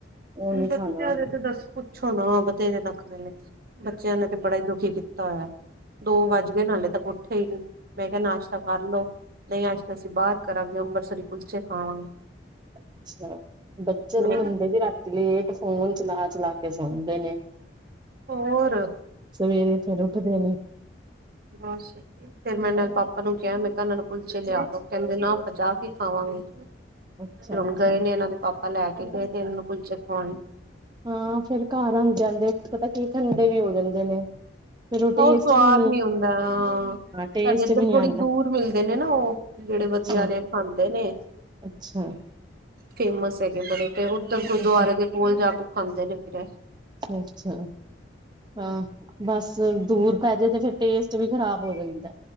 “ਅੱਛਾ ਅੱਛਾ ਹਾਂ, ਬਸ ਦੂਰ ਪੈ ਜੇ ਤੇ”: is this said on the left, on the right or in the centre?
Right